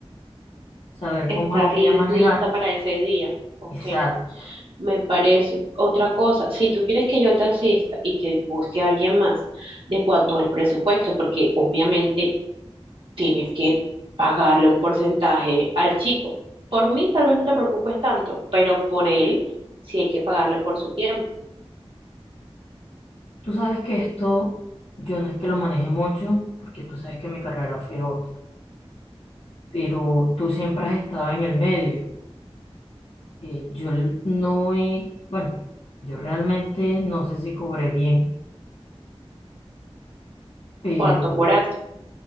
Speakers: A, on the left; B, on the right.
A: saber
B: Estar
A: cómo lo voy
B: li-
A: a manejar.
B: lista para ese día. Ok,
A: Exacto.
B: me parece. Otra cosa, si tú quieres que yo te asista y que busque a alguien más, ¿de cuánto es el presupuesto? Porque obviamente tienes que pagarle un porcentaje al chico. Por mí tal vez no te preocupes tanto, pero por él sí hay que pagarle por su tiempo,
A: Tú sabes que esto yo no es que lo maneje mucho, porque tú sabes que mi carrera fue otra, pero tú siempre has estado en el medio. Eh, yo l- no he, bueno, yo realmente no sé si cobré bien, pero
B: cuánto curaste.